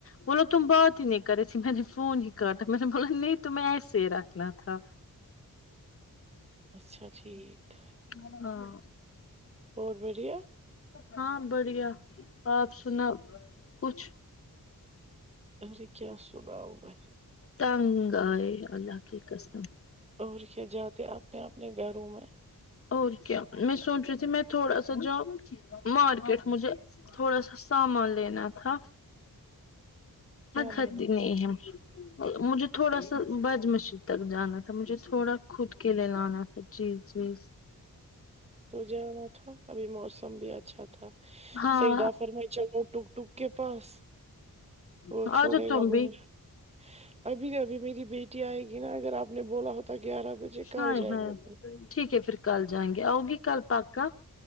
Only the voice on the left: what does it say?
بولو تم بات ہی نہیں کر رہی تھی میں نے فون ہی کٹا میں نے بولہ نہیں تمہیں ایسے ہی رکھنا تھا
<unintelligible> ہاں
ہاں بڑھیا آپ سناو کچھ
تنگ آے اللہ کی قسم
اور کیا میں سوچ رہی تھی میں تھوڑا سا جاؤں مارکیٹ مجھے تھوڑا سا سامان لینا تھا
کتی
نہیں ہے مجھے تھوڑا سا بجمسر تک جانا تھا مجھے تھوڑا خود کے لے لانا تھا جی جی
ہاں
آ
جاؤ تم
ہاے
ہاے
ٹھیک ہے پھر کل جائیں گے آؤ گی کل پکا